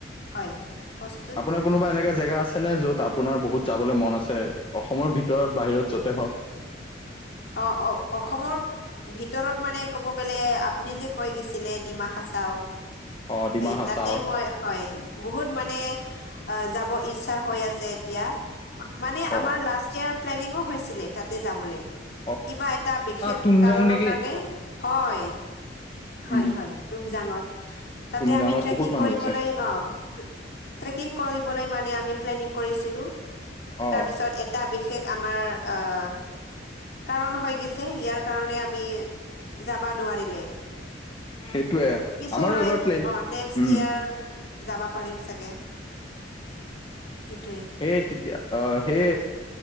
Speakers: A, on the left; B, on the left.
A: হয় কওকচোন
B: আপোনাৰ কোনোবা এনেকা জেগা আছেনে য'ত আপোনাৰ বহুত যাবলৈ মন আছে, অসমৰ ভিতৰত বাহিৰত য'তে হওঁক?
A: অ', অ', অসমৰ ভিতৰত মানে ক'ব গ'লে, আপুনি যে কৈ গৈছিলে ডিমা হাছাওঁ!
B: অ ডিমা
A: সেই
B: হাচাও
A: তাতে মই হয়। বহুত মানে যাব ইচ্ছা হৈ আছে এতিয়া। মানে
B: অ
A: আমাৰ লাষ্ট- প্লেনিঙো তাতে যাবলে।
B: অ
A: কিবা এটা বিশেষ
B: তুমজাং
A: কাৰণৰ
B: নেকি
A: কাৰণে হয়। হয়,
B: উম
A: হয় তুমজাঙত, তাতে
B: তুমজাঙত
A: আমি ট্ৰেকিং
B: বহুত মানুহ
A: কৰিবলৈ
B: গৈছে
A: অঁ'। ট্ৰেকিং কৰিবলৈ মানে আমি প্লেনিং কৰিছিলোঁ।
B: অ
A: তাৰপিছত এক - এটা বিশেষ আমাৰ অঁ, - কাৰণ গৈছে, ইয়াৰ কাৰণে যাবা নোৱাৰিলে।
B: সেইটোয়ে
A: পিছলৈ
B: আমাৰো এবাৰ প্লেন
A: অঁ, নেক্সট
B: উম
A: ইয়াৰ- যাব পাৰিম চাগে, সেইটোৱে।
B: এই তেতিয়া অঁ, সেই